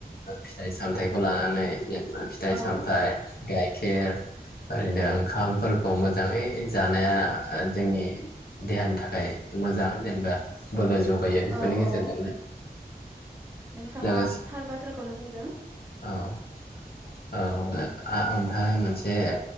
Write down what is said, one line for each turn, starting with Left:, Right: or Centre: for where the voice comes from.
Left: फिथाइ सामथायाइखौ लानानै जेनबा फिथाइ
Right: औ
Left: सामथाइ गाइखेर <unintelligible> ओरैनो ओंखामफोरखौ मोजाङै जानाया जोंनि देहानि थाखाय मोजां जेनेबा बोलो जगायो बेफोरनि
Right: औ
Left: गेजेरजोंनो
Right: औ नोंथाङा
Left: लोगोसे
Right: थार बाथ्राखौनो बुंदों।
Left: औ ओमफ्राय मोनसे